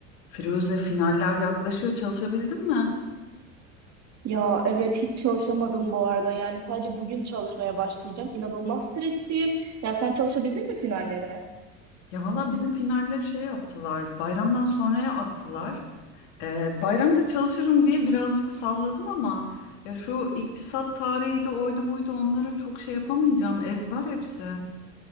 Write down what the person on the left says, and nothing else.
Firuze finaller yaklaşıyor çalışabildin mi?
Ya valla bizim finalleri şey yaptılar bayramdan sonraya attılar. Ee, bayramda çalışırım diye birazcık salladım ama ya şu iktisat tarihi de oydu buydu onları çok şey yapamayacağım ezber hepsi.